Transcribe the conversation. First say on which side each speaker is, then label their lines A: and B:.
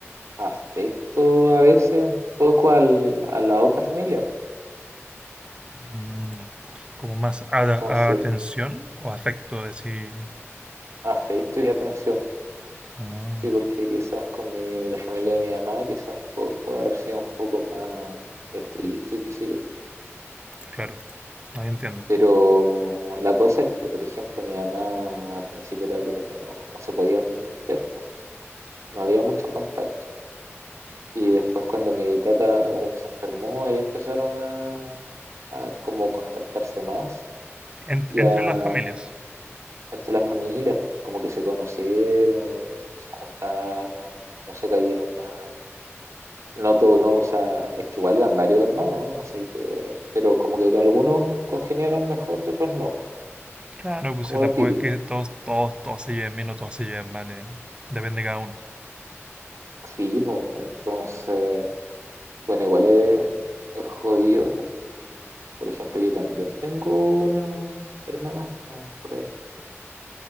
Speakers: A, on the right (about 80°); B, on the right (about 20°).
A: afecto a veces un poco al, a la otra familia. po.
B: Mm, Como más a-
A: Entonces,
B: a- atención o afecto, decir.
A: afecto y atención.
B: Ah,
A: Sí, porque quizás con mi, la familia de mi mamá quizás pu- puede haber sido un poco más estricto y qué sé yo.
B: claro. Ahí entiendo.
A: Pero la cosa es que, por ejemplo, mi mamá al principio era como que no, no se podían ver, po. No había mucho contacto. Y después cuando mi tata como que se enfermó, ahí empezaron a cómo contactarse más
B: En-
A: y
B: entre
A: a
B: las familias.
A: entre las familias, como que se conocieron, se juntaron, no se cayeron mal. No todo no, o sea, es que igual eran varios hermanos, así que, pero como que algunos congeniaron mejor y otros no, po,
B: Claro, pues
A: como
B: si tampoco
A: lo típico.
B: es que todos, todos, todos se lleven bien o todos se lleven mal. eh. Depende de cada uno.
A: Sí, pues, entonces, bueno, igual es, es jodido. po. Por ejemplo, yo también tengo una hermanastra por ahí,